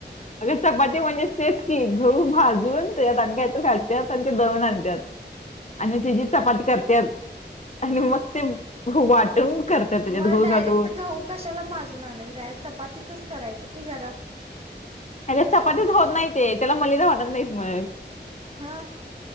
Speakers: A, on the left (about 40°); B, on the right (about 30°).
A: अग चपाती म्हणजेच तेच की गहू भाजून त्याच्यात आणि काहीतरी घालत्यात आणि ते दळून आणतात आणि त्याची चपाती करत्यातआणि
B: हा
A: मग ते वाटून करत्यात त्याच्यात
B: मग
A: गुळ
B: डायरेक्ट
A: घालून
B: गहू कशाला भाजून आणायचं डायरेक्ट चपातीचच करायचं की घरात
A: अगं चपातीच होत नाही ते त्याला मलिदा वाटत नाहीत मग
B: हा